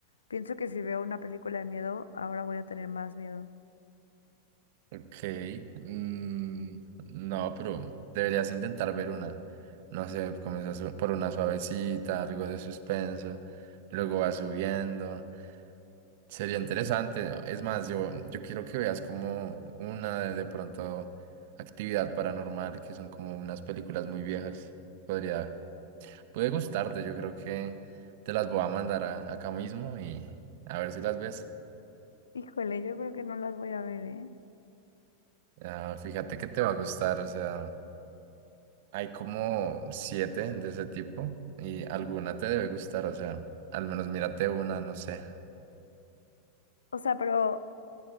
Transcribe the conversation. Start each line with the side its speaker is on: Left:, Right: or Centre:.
Left: pienso que si veo una película de miedo, ahora voy a tener más miedo.
Right: Ok. mm, no, pero deberías intentar ver una. No sé, comienzas por una suavecita, algo de suspenso. Luego va subiendo. Sería interesante. ¿no? Es más, yo, yo quiero que veas como una de, de pronto actividad paranormal, que son como unas películas muy viejas. Podría, puede gustarte, yo creo que te las voy a mandar a- acá mismo y a ver si las ves.
Left: Híjole, yo creo que no las voy a ver, ¿eh?
Right: Ah, fíjate que te va a gustar, o sea, hay como siete de ese tipo y alguna te debe gustar, o sea, al menos mírate una, no sé.
Left: O sea, pero